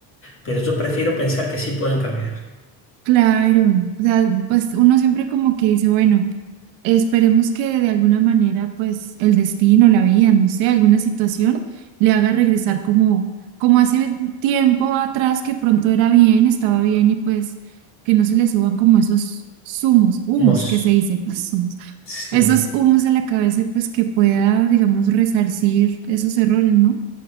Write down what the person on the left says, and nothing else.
Pero yo prefiero pensar que sí pueden cambiar.
Humos.
Sí,